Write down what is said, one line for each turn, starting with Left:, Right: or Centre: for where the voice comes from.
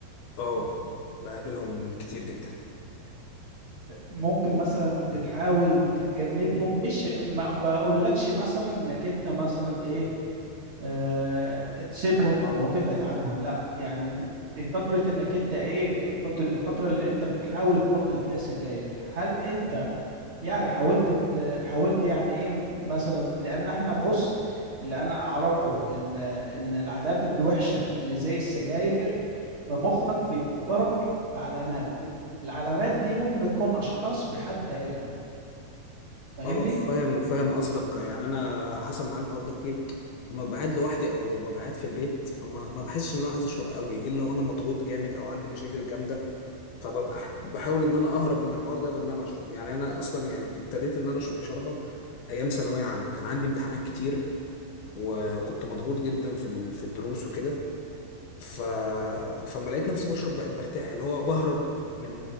Left: اه بقابلهم كتير جدا
Right: ممكن مثلا تتحاول تتجنبهم مش ما بقولكش مثلا انك انت مثلا ايه آه، تسيبهم او تبعد عنهم لا يعني في فترة انك انت ايه كنت الفترة اللي انت بتحاول تبطل فيها سجاير هل انت يعني حاولت ت- حاولت يعني ايه مثلا لان احنا بص اللي انا اعرفه ان ان العادات الوحشة اللي زي السجاير فمخك بيفكرك بعلامات العلامات دي ممكن تكون اشخاص بحد عينها فاهمني
Left: اه فاهم فاهم قصدك يعني انا حصل معايا الحوار ده كتير لما ببقى قاعد لوحدي او ببقى قاعد في البيت فما ما بحسش ان انا عايز اشرب قوي الا وانا مضغوط جامد او عندي مشاكل جامده فببقى ح- بحاول ان انا اهرب من الحوار ده بان انا اشرب يعني انا اصلا يعني ابتديت ان انا اشرب بشراهه ايام ثانويه عامه كان عندي امتحانات كتير وكنت مضغوط جدا في ال- في الدروس وكده ف... فما لقيت نفسي بشرب بقيت برتاح اللي هو بهرب من